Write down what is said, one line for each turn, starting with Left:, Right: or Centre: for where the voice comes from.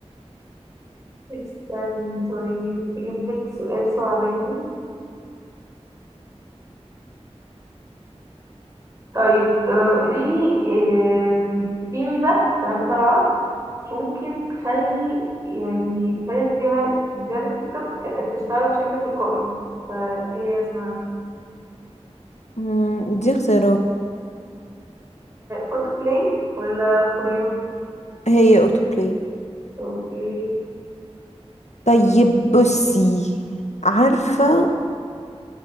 Right: استنى طيب أجيب لك سؤال صعباني طيب آه، قوليلي آم، في ميزة تمام طلعت ممكن تخلي يعني تخلي الفيديوهات فيديوهات التيك توك تشتغل بشكل تلقائي فهي اسمها
Left: مم، دي اختيارات
Right: أوتو بلاي ولا فور يو
Left: هي اوتو بلاي
Right: اوكي
Left: طيب بصي عارفة